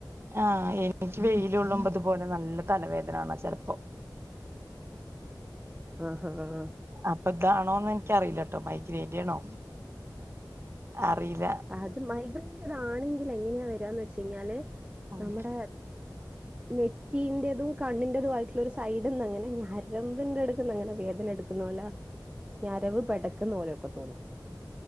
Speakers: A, on the right; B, on the right.
A: ആഹ് എനിക്ക് വെയില്കൊള്ളുമ്പത്പോലെ നല്ലതലവേദനാണ ചെൽപ്പോ
B: ആഹ് ഹാഹ്
A: അപ്പൊതാണോന്ന് ഇൻക്കറിയില്ലട്ടോ മൈഗ്രേന്റെണോ അറിയില
B: അത് മൈഗ്രൈയിന്റെതാണെങ്കില് എങ്ങനെയാവരാന്ന് വെച്ചഴിഞ്ഞാല്
A: ഉം
B: നമ്മ്ടെ നെറ്റീന്റെതും കണ്ണിന്റതുംആയിട്ടുള്ള ഒരുസൈഡ്ന്ന്ങ്ങനെ ഞരമ്പിന്റെട്ക്ക്ന്ന്ങ്ങനെ വേദന എടുക്ക ന്ന് പോലെ ഞരവ്പെടക്ക്ന്ന് പോലൊക്കെതോന്നും